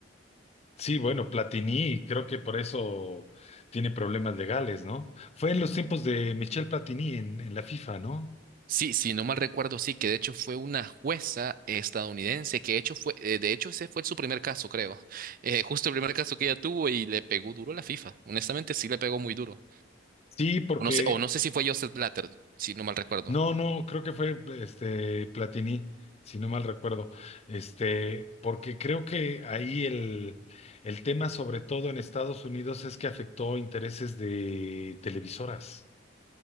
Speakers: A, on the left; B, on the right.
A: Sí, bueno, Platini, creo que por eso tiene problemas legales, ¿no? Fue en los tiempos de Michel Platini en, en la FIFA, ¿no?
B: Sí, si no mal recuerdo, sí, que de hecho fue una jueza estadounidense, que de hecho fue, eh, de hecho ese fue su primer caso, creo. Eh, justo el primer caso que ella tuvo y le pegó duro a la FIFA. Honestamente, sí le pegó muy duro.
A: Sí, porque
B: O no sé, o no sé si fue Joseph Blatter, si no mal recuerdo.
A: No, no, creo que fue este Platini, si no mal recuerdo. Este, porque creo que ahí el, el tema, sobre todo en Estados Unidos, es que afectó intereses de televisoras.